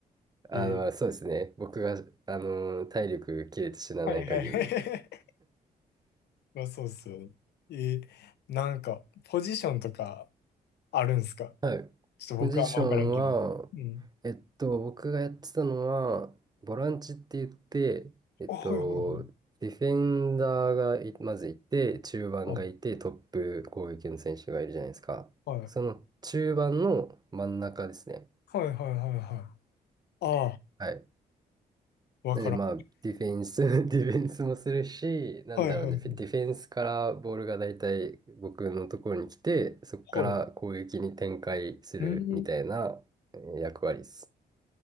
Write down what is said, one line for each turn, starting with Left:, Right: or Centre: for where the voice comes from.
Right: あの、
Left: えー、
Right: そうですね。僕が、あの、体力切れて死なない限り。
Left: はいはい。まあ、そうっすよね。えーなんか、ポジションとかあるんすか
Right: はい。
Left: ちょっと僕はあんまわからんけど。
Right: ポジションは、
Left: うん。
Right: えっと、僕がやってたのは、ボランチって言って、えっと、
Left: あ、はいはいはい。
Right: ディフェンダーがいまずいて、中盤がいて、
Left: あ、
Right: トップ攻撃の選手がいるじゃないですか。
Left: はい。
Right: その中盤の真ん中ですね。
Left: はいはいはいはい。あ
Right: はい。
Left: あ、わからん。
Right: なので、まあ、ディフェンス、<laughs> ディフェンスもするし、なんだろうね、
Left: はいはいはい。
Right: ディフェンスからボールがだいたい僕のところに来て、そこから攻撃に展開するみたいなえー役割です。
Left: はい。うん。